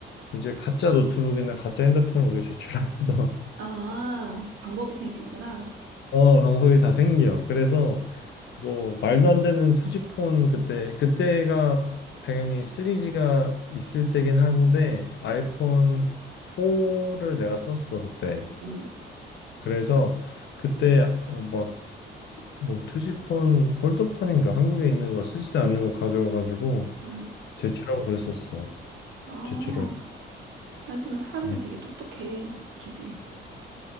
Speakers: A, on the left; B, on the right.
A: 이제 가짜 노트북이나 가짜 핸드폰을 우리 제출하던 <laughs>
B: 아, 방법이 생기는구나.
A: 어, 방법이 다 생겨. 그래서 뭐 말도 안 되는 투지폰 그때 그때가 당연히 3G가 있을 때긴 한데 아이폰
B: 음,
A: 4를 내가 썼어 그때.
B: 음,
A: 그래서 그때 어, 막뭐 투지폰 폴더폰인가 한국에 있는 거 쓰지도 않는 거 가져와가지고
B: 음. 음.
A: 제출하고 그랬었어.
B: 아,
A: 제출을
B: 하여튼 사람들
A: 음,
B: 되게 똑똑해. 그지?